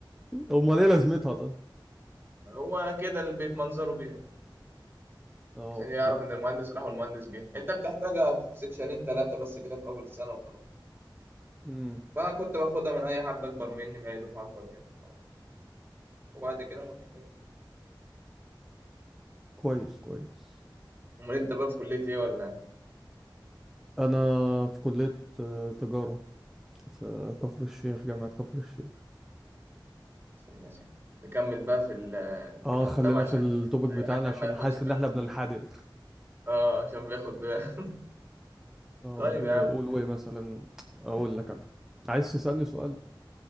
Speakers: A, in the centre; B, on the right.
A: امال ايه لازمتها طيب
B: هو كده البيت منظره بيها
A: اه
B: عشان
A: اوكي
B: يعرف ان المهندس راح والمهندس جه انت بتحتاجها في سكشنين ثلاثه بس كده في اول السنه وخلاص
A: امم
B: فكنت باخدها من اي حد اكبر مني من اي دفعه اكبر مني وخلاص وبعد كده ما بتحتاجها
A: كويس كويس
B: امال انت بقى في كليه ايه ولا إيه؟
A: انا في كلية آه، تجارة في كفر الشيخ جامعة كفر الشيخ
B: عشان الناس يعني نكمل بقى في ال-
A: اه
B: في الافلام
A: خلينا
B: عشان
A: في التوبيك
B: ما-
A: بتاعنا
B: عشان
A: عشان
B: ما ياخدش
A: حاسس
B: باله
A: ان احنا بننحدر
B: ولا إيه؟ اه عشان بياخد باله <laughs>
A: طب
B: طيب
A: نقول
B: يا عم
A: ايه مثلا اقول لك انا عايز تسألني سؤال